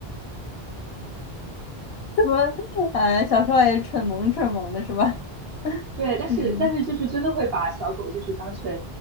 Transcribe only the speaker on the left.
什么？哎，小时候也蠢萌蠢萌的是吧？
<laughs>
嗯